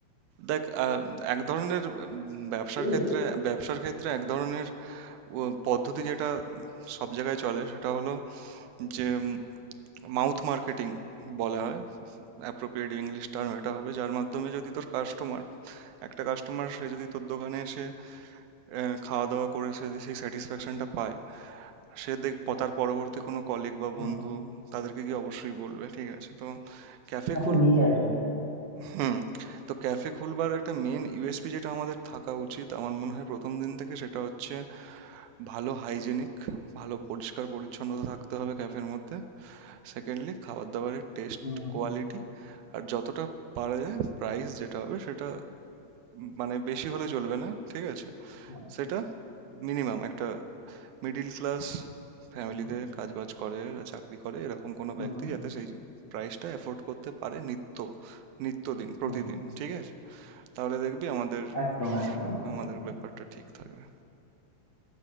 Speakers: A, on the right; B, on the left.
A: দেখ আহ, এক ধরনের উম, ব্যবসার
B: বুঝতে পেরেছিস
A: ক্ষেত্রে ব্যবসার ক্ষেত্রে এক ধরনের উ, পদ্ধতি যেটা সব জায়গায় চলে সেটা হলো যে মাউথ মার্কেটিং বলা হয় অ্যাপ্রোপ্রিয়েট ইংলিশ টার্ম এটা হবে যার মাধ্যমে যদি তোর কাস্টমার একটা কাস্টমার সে যদি তোর দোকানে এসে আহ, খাওয়া দাওয়া করে সে যদি সেই স্যাটিসফ্যাকশনটা পায় সে দেখ প- তার পরবর্তী কোনো কলিগ বা
B: হুম
A: বন্ধু তাদেরকে গিয়ে অবশ্যই বলবে ঠিক আছে তো ক্যাফে
B: তাকে
A: খোল
B: নিয়ে আসবে
A: হুম তো ক্যাফে খুলবার একটা মেন ইউএসপি যেটা আমাদের থাকা উচিত আমার মনে হয় প্রথম দিন থেকে সেটা হচ্ছে ভালো হাইজেনিক ভালো পরিষ্কার পরিচ্ছন্নতা থাকতে হবে ক্যাফের মধ্যে সেকেন্ডলি খাবার দাবারের টেস্ট
B: হুম হুম
A: কোয়ালিটি আর যতটা পারা যায় প্রাইস যেটা হবে সেটা উম, মানে বেশি হলে চলবে না ঠিক আছে
B: হুম
A: সেটা মিনিমাম একটা মিডিল ক্লাস ফ্যামিলিতে
B: হুম
A: কাজবাজ করে বা চাকরি করে এরকম কোনো
B: হুম
A: ব্যক্তি
B: হুম,
A: যাতে সেই প্রাইসটা এফোর্ড করতে পারে নিত্য নিত্যদিন প্রতিদিন
B: হুম, হুম।
A: ঠিক আছে তাহলে দেখবি আমাদের
B: একদম একদম একদম
A: আমাদের
B: একদম
A: ব্যাপারটা ঠিক থাকবে